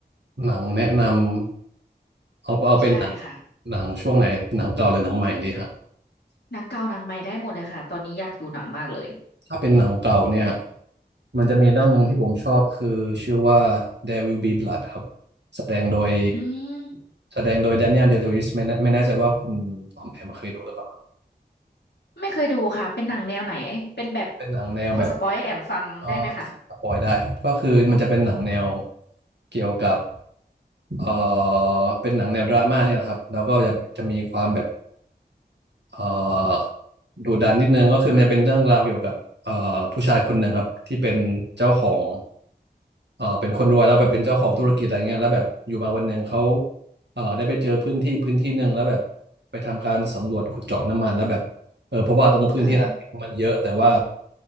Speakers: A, on the right; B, on the left.
A: หนังแนะนำเอาเอาเป็นหนัง
B: ใช่ค่ะ
A: หนังช่วงไหนหนังเก่าหรือหนังใหม่ดีฮะ
B: หนังเก่าหนังใหม่ได้หมดเลยค่ะตอนนี้อยากดูหนังมากเลย
A: ถ้าเป็นหนังเก่าเนี่ยมันจะมีเรื่องหนึ่งที่ผมชอบคือชื่อว่า There Will Be Blood ครับแสดงโดย
B: อืม
A: แสดงโดยแดเนียลเดล i วิสไม่แน่ไม่แน่ใจว่าคุณออมแอมเคยดูหรือเปล่า
B: ไม่เคยดูค่ะเป็นหนังแนวไหนเป็นแบบ
A: เป็นหนังแนวแบบ
B: พอสปอยให้แอมฟังได้ไหมคะ
A: เอ่อสปอยได้ครับก็คือมันจะเป็นหนังแนวเกี่ยวกับเอ่อเป็นหนังแนวดราม่าเนี่ยแหละครับแล้วก็จะจะมีความแบบ เอ่อดุดันนิดนึงก็คือมันจะเป็นเรื่องราวเกี่ยวกับเอ่อผู้ชายคนหนึ่งครับที่เป็นเจ้าของเอ่อเป็นคนรวยแล้วแบบเป็นเจ้าของธุรกิจอะไรเงี้ยแล้วแบบอยู่มาวันหนึ่งเขา
B: อืมอืมอืม
A: เอ่อได้ไปเจอพื้นที่พื้นที่หนึ่งแล้วแบบไปทำการสำรวจขุดเจาะน้ำมันแล้วแบบเออเพราะว่าตรงพื้นที่นั้นมีน้ำมันเยอะแต่ว่า
B: อ่า